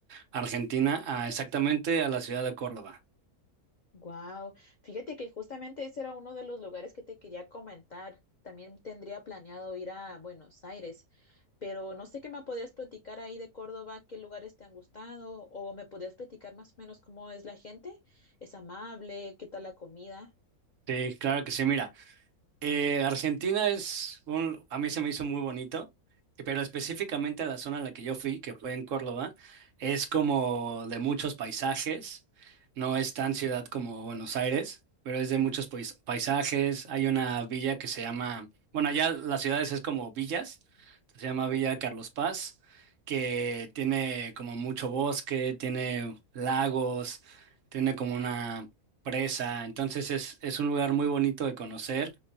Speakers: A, on the right; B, on the left.
A: Argentina, a exactamente a la ciudad de Córdoba.
B: Wow, fíjate que justamente ese era uno de los lugares que te quería comentar. También tendría planeado ir a Buenos Aires, pero no sé qué me podías platicar ahí de Córdoba, qué lugares te han gustado o me podías platicar más o menos cómo es la gente, es amable, qué tal la comida.
A: Sí, claro que sí, mira, Eh, Argentina es un, a mí se me hizo muy bonito, pero específicamente la zona a la que yo fui, que fue en Córdoba, es como de muchos paisajes, no es tan ciudad como Buenos Aires, pero es de muchos pais- paisajes, hay una villa que se llama, bueno, allá las ciudades es como villas, se llama
B: Ujú.
A: Villa Carlos Paz, que tiene como mucho bosque, tiene lagos, tiene como una presa, entonces es, es un lugar muy bonito de conocer